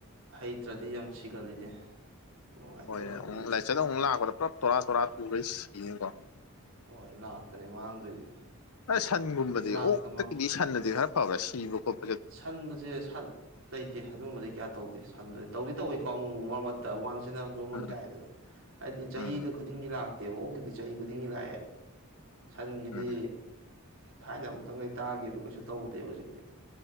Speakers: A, on the right; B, on the left.
A: ꯍꯩꯇ꯭ꯔꯗꯤ ꯌꯥꯝ ꯁꯤꯒꯜꯂꯤꯅꯦ ꯅꯨꯡꯉꯥꯏꯇꯕ
B: ꯍꯣꯏ ꯌꯥ
A: ꯑꯗꯨꯒꯤ
B: ꯑꯃꯨꯛ ꯂꯥꯏꯆꯠꯗ ꯑꯃꯨꯛ ꯂꯥꯛꯄꯗ ꯄꯨꯂꯞ ꯇꯣꯔꯥ ꯇꯣꯔꯥ ꯇꯨꯈꯩ ꯁꯤꯅꯤꯀꯣ
A: ꯍꯣꯏ ꯂꯥꯛꯇꯅꯦ ꯃꯥꯡꯗꯣꯏꯁꯦ
B: ꯑ ꯁꯟꯒꯨꯝꯕꯗꯤ
A: ꯂꯥꯛꯇ
B: ꯑꯣꯛꯇꯀꯤꯗꯤ
A: ꯃꯥ
B: ꯁꯟꯅꯗꯤ ꯈꯔ ꯐꯕꯔꯥ ꯁꯤꯕ ꯈꯣꯠ ꯄꯥꯁꯦ
A: ꯁꯟꯕꯁꯦ ꯁꯟ ꯂꯩꯇꯦ ꯑꯗꯨꯝꯕꯗꯤ ꯀꯌꯥ ꯇꯧꯗꯦ ꯁꯟꯗꯗꯤ ꯇꯧꯔꯤ ꯇꯧꯋꯤꯀꯣ ꯑꯃ ꯃꯔꯛꯇ ꯋꯥꯟꯁꯟ ꯔꯣꯃꯟ
B: ꯎꯝ
A: ꯒꯥꯏꯗ ꯑꯗꯣ ꯍꯥꯏꯗꯤ ꯆꯍꯤꯗ
B: ꯎꯝ
A: ꯈꯨꯗꯤꯡꯒꯤ ꯂꯥꯛ ꯇꯦꯕꯇꯗꯤ ꯆꯍꯤ ꯈꯨꯗꯤꯡꯒꯤ ꯂꯥꯛꯑꯦꯕ ꯁꯟꯒꯤꯗꯤ
B: ꯎꯝ
A: ꯊꯥꯏꯅ ꯑꯃꯨꯛꯇꯪ ꯂꯩ ꯇꯥꯒꯦꯗ ꯀꯩꯁꯨ ꯇꯧꯗꯦꯕ ꯍꯧꯖꯤꯛꯇꯤ